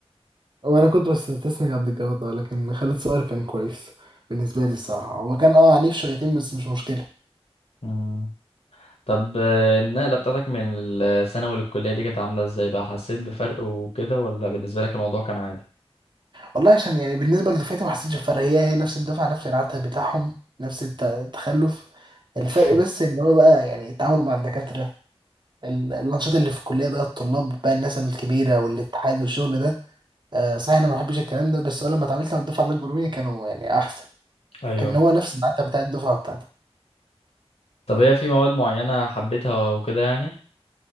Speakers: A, on the right; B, on the left.
A: وانا كنت بستسمع عبد الجواد آه، لكن خالد صقر كان كويس بالنسبه لي الصراحه هو كان اه عنيف شويتين بس مش مشكله
B: مم. طب آه، النقلة بتاعتك من الثانوي للكلية دي كانت عاملة ازاي بقى حسيت بفرق وكده ولا بالنسبة لك الموضوع كان عادي
A: والله عشان يعني بالنسبة لدفعتي ما حسيتش بفرق هي هي نفس الدفعة نفس العته بتاعهم نفس الت- التخلف
B: <laughs>
A: الفرق بس اللي هو بقى يعني التعامل مع الدكاترة ال- الأنشطة اللي في الكلية بقى الطلاب بقى الناس الكبيرة والاتحاد والشغل ده آه صحيح أنا ما بحبش الكلام ده بس هو لما اتعاملت مع الدفعة اللي أكبر مني كانوا يعني أحسن
B: ايوه
A: كان هو نفس العته بتاع الدفعة بتاعتي
B: طب هي في مواد معينة حبيتها وكده يعني